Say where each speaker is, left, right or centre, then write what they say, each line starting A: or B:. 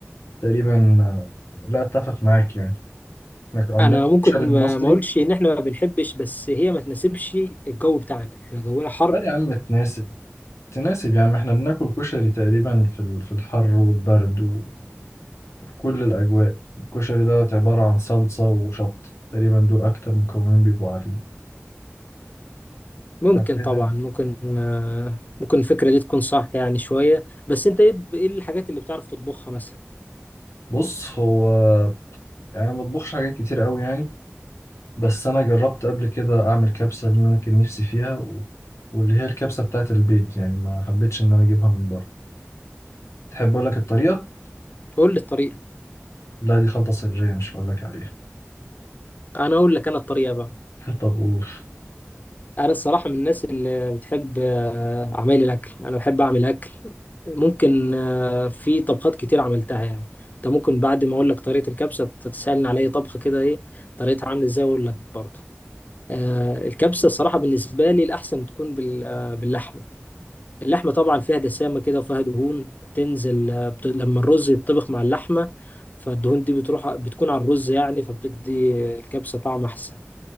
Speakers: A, on the left (about 80°); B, on the left (about 35°).
A: تقريبا آه، لا اتفق معاك يعني احنا عندنا
B: انا ممكن
A: الكشري المصري
B: ما ما اقولش ان احنا ما بنحبش بس هي ما تناسبش الجو بتاعنا احنا جونا حر
A: لا يا عم تناسب تناسب يا عم احنا بناكل كشري تقريبا في ال- في الحر والبرد وفي كل الاجواء الكشري دوت عبارة عن صلصة وشط تقريبا دول اكتر مكونين بيبقوا عليه
B: ممكن
A: ف- يعني
B: طبعا ممكن آه، ممكن الفكره دي تكون صح يعني شويه بس انت ايه ايه الحاجات اللي بتعرف تطبخها مثلا
A: بص هو يعني أنا ما بطبخش حاجات كتير قوي يعني بس انا جربت قبل كده اعمل كبسة اللي انا كان نفسي فيها و... واللي هي الكبسة بتاعت البيت يعني ما حبيتش ان انا اجيبها من بره تحب اقول لك الطريقة
B: قول لي الطريقه
A: لا دي خلطة سرية مش هقول لك عليها
B: انا اقول لك انا الطريقه بقى
A: <laughs> طب قول
B: انا الصراحه من الناس اللي بتحب آه، اعمال الاكل انا بحب اعمل اكل ممكن آه، في طبخات كتير عملتها يعني انت ممكن بعد ما اقول لك طريقه الكبسه تسالني على اي طبخه كده ايه طريقتها عامله ازاي اقول لك برضه آه، الكبسه الصراحه بالنسبه لي الاحسن تكون بال- آه، باللحمه اللحمه طبعا فيها دسامه كده وفيها دهون بتنزل آه، بت... لما الرز يتطبخ مع اللحمه فالدهون دي بتروح بتكون على الرز يعني فبتدي الكبسه طعم احسن